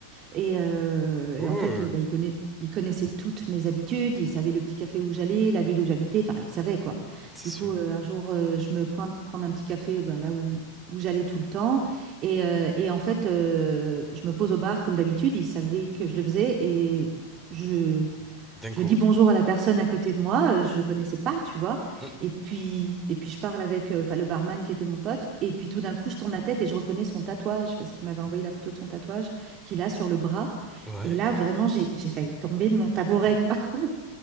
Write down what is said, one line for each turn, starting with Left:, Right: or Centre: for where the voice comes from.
Right: Et, euh,
Centre: Cool.
Right: et en fait, euh, bah, il connaît, il connaissait toutes mes habitudes, il savait le petit café où j'allais, la ville où j'habitais, enfin, il savait quoi.
Centre: C'est
Right: Du coup,
Centre: sûr.
Right: euh, un jour, euh, je me pointe prendre un petit café bah, là où, où j'allais tout le temps. Et, euh, et en fait, euh, je me pose au bar comme d'habitude, il savait que je le faisais et je,
Centre: D'un
Right: je
Centre: coup.
Right: dis bonjour à la personne à côté de moi, euh, je le connaissais pas, tu vois.
Centre: Mm.
Right: Et puis, et puis je parle avec euh, enfin, le barman qui était mon pote. Et puis tout d'un coup, je tourne la tête et je reconnais son tatouage parce qu'il m'avait envoyé la photo de son tatouage qu'il a sur le bras.
Centre: Ouais.
Right: Et là, vraiment, j'ai j'ai failli tomber de mon tabouret, quoi. <laughs>